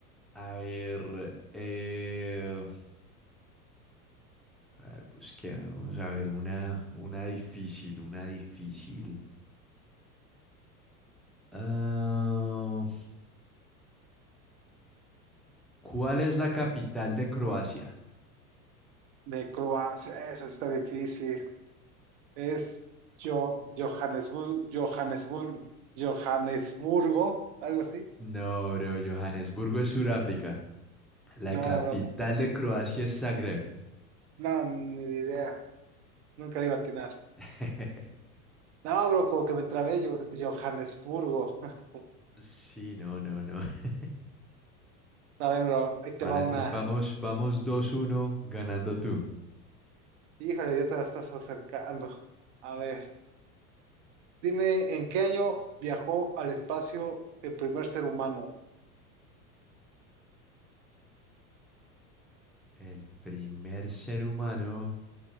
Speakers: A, in the centre; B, on the right.
A: A ver, eh, a ver, busquemos, a ver, una, una difícil, una difícil. Ah, ¿cuál es la capital de Croacia?
B: De Croacia, eso está difícil. Es yo, Johannesburgo, Johannesburgo, Johannesburgo, algo así.
A: No, bro, Johannesburgo es Sudáfrica. La
B: No,
A: capital
B: bro,
A: de Croacia es Zagreb.
B: no, ni idea. Nunca le iba a atinar.
A: <laughs>
B: No, bro, como que me trabé yo, Johannesburgo. <laughs>
A: Sí, no, no, no. <laughs>
B: A ver, bro, ahí te
A: Vale,
B: va una.
A: entonces vamos, vamos dos uno, ganando tú.
B: Híjole, ya te la estás acercando. A ver, dime, ¿en qué año viajó al espacio el primer ser humano?
A: El primer ser humano,
B: Eh,